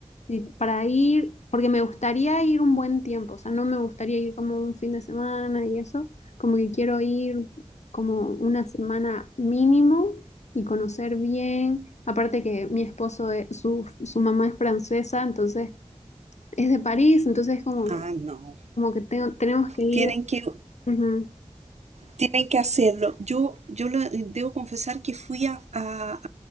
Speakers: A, on the left; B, on the right.
A: Sí, para ir, porque me gustaría ir un buen tiempo, o sea, no me gustaría ir como un fin de semana y eso, como que quiero ir como una semana mínimo y conocer bien. Aparte que mi esposo, es- su, su mamá es francesa, entonces es de París, entonces como
B: Ah,
A: que,
B: no.
A: como que tengo- tenemos que ir.
B: Tienen que
A: Ujú.
B: Tienen que hacerlo. Yo, yo lo- debo confesar que fui a, a-